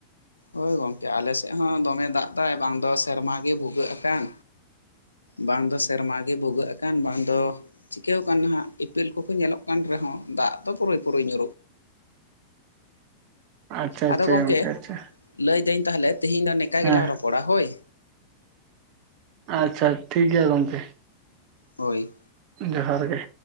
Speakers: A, on the left; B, on the right.
A: ᱦᱳᱭ ᱜᱚᱝᱠᱮ ᱟᱞᱮ ᱥᱮᱫ ᱦᱚᱸ ᱫᱚᱢᱮ ᱫᱟᱜ ᱮᱫᱟᱭ ᱵᱟᱝ ᱫᱚ ᱥᱮᱨᱢᱟ ᱜᱮ ᱵᱷᱩᱜᱟᱹᱜ ᱟᱠᱟᱱ। ᱵᱟᱝ ᱫᱚ ᱥᱮᱨᱢᱟ ᱜᱮ ᱵᱷᱩᱜᱟᱹᱜ ᱟᱠᱟᱱ ᱵᱟᱝ ᱫᱚ ᱼᱼ ᱪᱤᱠᱟᱹᱣ ᱠᱟᱱ ᱱᱟᱦᱟᱸᱜ ᱤᱯᱤᱞ ᱠᱚᱠᱚ ᱧᱮᱞᱚᱜ ᱠᱟᱱ ᱨᱮᱦᱚᱸ ᱫᱟᱜ ᱫᱚ ᱯᱩᱨᱟᱹᱭ ᱯᱩᱨᱟᱹᱭ ᱧᱩᱨᱩᱜ ᱼᱼ
B: ᱟᱪᱪᱷᱟ ᱟᱪᱪᱷᱟ
A: ᱟᱫᱚ ᱜᱚᱢᱠᱮ
B: ᱜᱚᱝᱠᱮ ᱟᱪᱪᱷᱟ
A: ᱞᱟᱹᱭᱫᱟᱹᱧ ᱛᱟᱦᱟᱞᱮ ᱛᱤᱦᱤᱧ ᱫᱚ ᱱᱤᱝᱠᱟ <unintelligible>
B: ᱦᱮᱸ
A: ᱜᱮᱞᱟᱝ ᱨᱚᱯᱚᱲᱟ ᱦᱳᱭ।
B: ᱟᱪᱪᱷᱟ ᱴᱷᱤᱠ ᱜᱮᱭᱟ ᱜᱚᱢᱠᱮ।
A: ᱦᱳᱭ
B: ᱡᱚᱦᱟᱨ ᱜᱮ